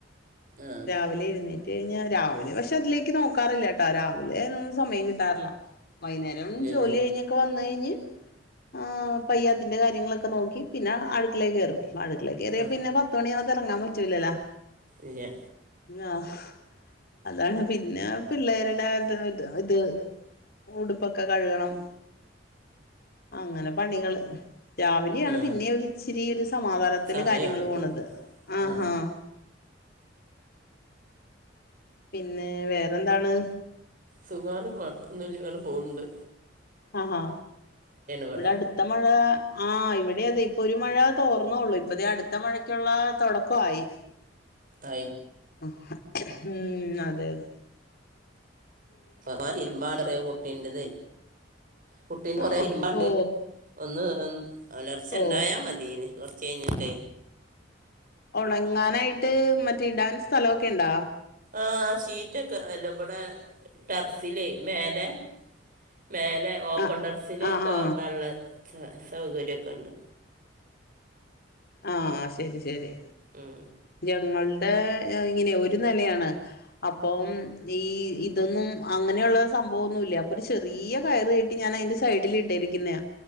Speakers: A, on the right; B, on the left.
A: ആ
B: രാവിലെ എഴ്ന്നേറ്റ് കഴിഞ്ഞാ രാവിലെ പക്ഷെ അതിലേക്ക് നോക്കാറില്ല. ട്ടൊ. രാവിലെഅയ്നൊന്നും സമയം കിട്ടാറില്ല. വൈന്നേരം
A: ഇല്ലല്ലേ
B: ജോലി കഴിഞ്ഞാ ഒക്കെ വന്ന് കഴിഞ്ഞ് ആ പയ്യെ അതിന്റെ കാര്യങ്ങളൊക്കെ നോക്കി പിന്നെ അടുക്കളെ കേറും. അടുക്കളേൽ കേറിയാ
A: ആ
B: പിന്നെ പത്തുമണിയാവാതെ ഇറങ്ങാൻ പറ്റൂലല്ലോ.
A: ഇല്യ.
B: ആഹ്. അതാണ് പി പിന്നെ പിള്ളേരുടെ ഇത് ത് ഉടുപ്പൊക്കെ കഴുകണം. അങ്ങനെ പണികള്. രാവിലെണ്
A: ആ
B: പിന്നെ ഒര്ച്ചിരി ഒരു സമാധാനത്തില്
A: സമയമുള്ളൂ
B: കാര്യങ്ങള് പോണത്. ആഹ്
A: ആ
B: ആഹ് പിന്നെ വേറെന്താണ്.
A: സുഖാണ്. കുഴപ്പൊന്നില്ല. ഇങ്ങനെ പോണ് ണ്ട്.
B: ആഹ് ഹാ
A: ഇവിടെ
B: ഇവ്ട അടുത്ത മഴ ആഹ് ഇവിടെ അതെ. ഇപ്പൊ ഒരു മഴ തോർന്നള്ളു. ഇപ്പ തെ അടുത്ത മഴക്കുള്ള തുടക്കമായി.
A: ആയി
B: ആഹ് ഉം അതെ തെ.
A: പ തിരുമ്പാണ്ടറിയോ കുട്ടീന്റെത്. കുട്ടീന്റ് കൊറേ
B: ആ
A: തിരുമ്പാണ്ട്.
B: ഓ
A: ഒന്ന് ഒലർച്ച
B: ഓ
A: ണ്ടായാ മതിയേന്. കുറച്ചഴിഞ്ഞിട്ടേ.
B: ഉണങ്ങാനായിട്ട് മറ്റേ ഇടാൻ സ്ഥലക്കെ ണ്ടാ.
A: ആഹ് ഷീറ്റ് ഒക്കെ. അല്ല ബടെ ടെറസിലേ മേലെ മേലെ ഓപ്പണ്ടർസില്
B: ആ ആ
A: തോരിടാൻള്ള
B: ആ
A: സൗകര്യക്കെണ്ട്.
B: ആഹ് ശരി ശരി
A: ഉം.
B: ഞങ്ങളുടെ ഇങ്ങനെ ഒരു നെലയാണ്. അപ്പം ഈ ഇതൊന്നും അങ്ങനെയുള്ള സംഭവോന്നുല്ല അപ്പൊ ഒരു ചെറിയ കയർകെ ട്ടി ഞാൻ അതിന്റെ സൈഡില് ഇട്ടെരിക്കുന്നെയാ